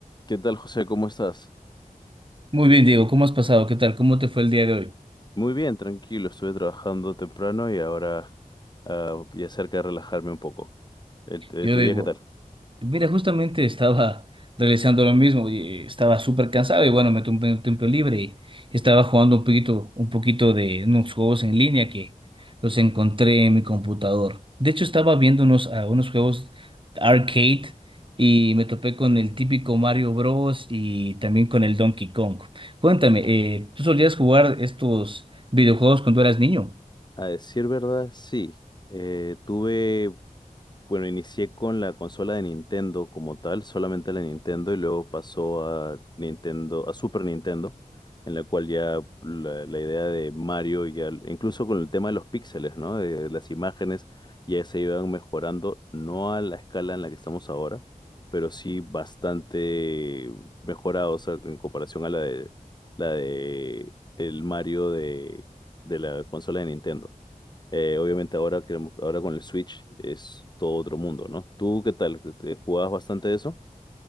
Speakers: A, on the left (about 30°); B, on the right (about 35°).
A: ¿Qué tal, José? ¿Cómo estás?
B: Muy bien, Diego, ¿cómo has pasado? ¿Qué tal? ¿Cómo te fue el día de hoy?
A: Muy bien, tranquilo. Estuve trabajando temprano y ahora ah, ya cerca de relajarme un poco. El- eh,
B: Yo
A: ¿tu
B: digo,
A: día qué tal?
B: mira, justamente estaba realizando lo mismo y estaba súper cansado y bueno, me tomé un tiempo libre y estaba jugando un poquito, un poquito de unos juegos en línea que los encontré en mi computador. De hecho, estaba viendo unos, ah, unos juegos arcade y me topé con el típico Mario Bros. y también con el Donkey Kong. Cuéntame, eh, ¿tú solías jugar estos videojuegos cuando eras niño?
A: A decir verdad, sí. Eh, tuve Bueno, inicié con la consola de Nintendo como tal, solamente la Nintendo, y luego pasó a Nintendo, a Super Nintendo, en la cual ya la, la idea de Mario, ya, incluso con el tema de los píxeles, ¿no? De las imágenes, ya se iban mejorando, no a la escala en la que estamos ahora, pero sí bastante mejorados o en comparación a la de la de el Mario de, de la consola de Nintendo. Eh, obviamente ahora, que, ahora con el Switch es todo otro mundo, ¿no? ¿Tú qué tal? ¿Te te jugabas bastante eso?